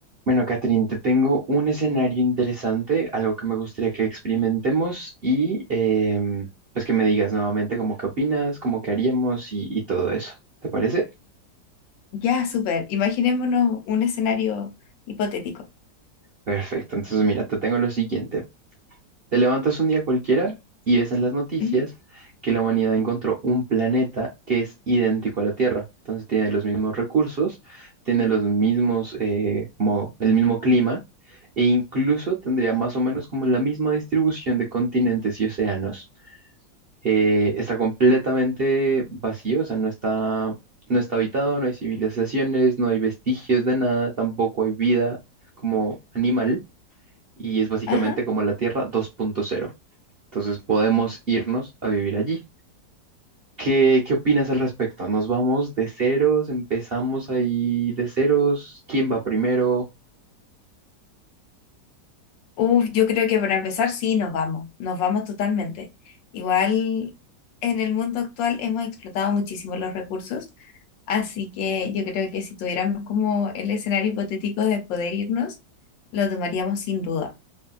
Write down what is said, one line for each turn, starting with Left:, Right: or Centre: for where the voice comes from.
Right: Bueno, Catherine, te tengo un escenario interesante, algo que me gustaría que experimentemos y em, pues que me digas nuevamente cómo qué opinas, cómo qué haríamos y, y todo eso. ¿Te parece?
Left: Ya, súper. Imaginémonos un escenario hipotético.
Right: Perfecto, entonces mira, te tengo lo siguiente. Te levantas un día cualquiera y ves en las noticias
Left: Ujú,
Right: que la humanidad encontró un planeta que es idéntico a la Tierra. Entonces tiene los mismos recursos, tiene los mismos, eh, como el mismo clima, e incluso tendría más o menos como la misma distribución de continentes y océanos. Eh, está completamente vacío, o sea, no está, no está habitado, no hay civilizaciones, no hay vestigios de nada, tampoco hay vida como animal, y es básicamente
Left: Ajá.
Right: como la Tierra 2.0. Entonces podemos irnos a vivir allí. ¿Qué, qué opinas al respecto? ¿Nos vamos de ceros? ¿Empezamos ahí de ceros? ¿Quién va primero?
Left: Uf, yo creo que para empezar, sí, nos vamos, nos vamos totalmente. Igual en el mundo actual hemos explotado muchísimo los recursos, así que yo creo que si tuviéramos como el escenario hipotético de poder irnos, lo tomaríamos sin duda.